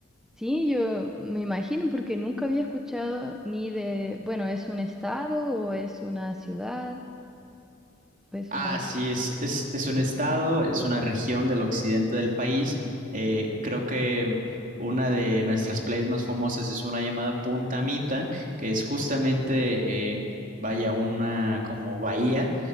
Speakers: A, in the centre; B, on the right.
A: Sí, yo me imagino porque nunca había escuchado ni de, bueno, ¿es un estado o es una ciudad o es
B: Ah,
A: una región?
B: sí, es, es, es un estado, es una región del occidente del país. Eh, creo que una de nuestras playas más famosas es una llamada Punta Mita, que es justamente, eh, vaya, una como bahía.